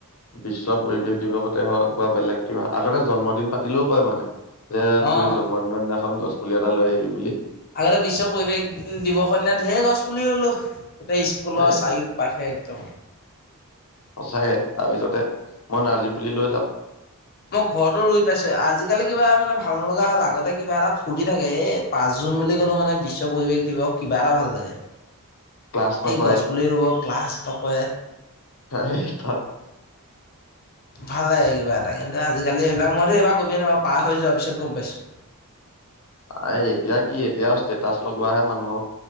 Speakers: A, on the left; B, on the left.
A: বিশ্ব পৰিৱেশ দিৱসতে হওক বা বেলেগ কিবা। আগতে জন্মদিন পাতিলেও কয় মানে। এ
B: অ
A: তুৱে জন্মদিনৰ দিনাখন গছ পুলি এটা লৈ আহিবি বুলি।
B: আগতে বিশ্ব পৰিৱেশ দিৱস দিনা ঢেৰ গছ পুলি ৰুলো। গোটেই স্কুলৰ
A: এ
B: চাৰিওপাশে একদম।
A: সঁচাইে, তাৰপিছতে মই নাৰ্জী পুলি লৈ যাওঁ।
B: মই ঘৰতো ৰুই পাইছো। আজিকালি কিবা মানে ভাল নলগা হ'ল আগতে কিবা এটা ফুৰ্তি থাকে এই পাঁচ। জুন বুলি ক'লে মানে বিশ্ব পৰিৱেশ দিৱস কিবা এটা ভাল লাগে।
A: ক্লাছ নকৰে।
B: এই গছপুলি ৰুব, ক্লাছ নকয়।
A: হয়।
B: ভাল লাগে কিবা এটা। কিন্তু আজিকালি এইবিলাক মইতো এইবাৰ গমেই নাপাওঁ। পাৰ হৈ যোৱা পিছত গম পাইছোঁ।
A: আ এতিয়া কি এতিয়া ষ্টেটাচ লগোৱাহে মানুহক।